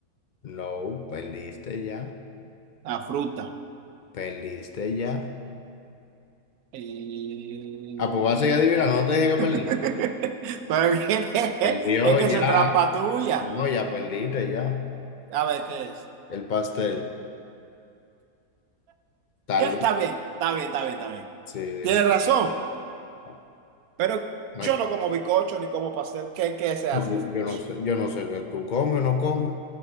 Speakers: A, on the left; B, on the right.
A: no, perdiste ya,
B: la fruta.
A: perdiste ya.
B: eh,
A: Ah, pues vas a seguir adivinando, no te dije que perdiste.
B: <laughs> Pero ¿qué es
A: Perdió
B: Es que
A: ya,
B: eso es trampa tuya.
A: no, ya perdiste ya.
B: A ver, ¿qué es?
A: El pastel, tal
B: ¿Qué? Está
A: vez.
B: bien, está bien, está bien, está bien.
A: Sí, digo,
B: Tienes razón,
A: no
B: pero
A: no
B: yo
A: hay que-
B: no como bizcocho ni como pastel. ¿Qué, qué se
A: yo
B: hace en ese caso?
A: no sé, yo no sé que tú comes o no comes.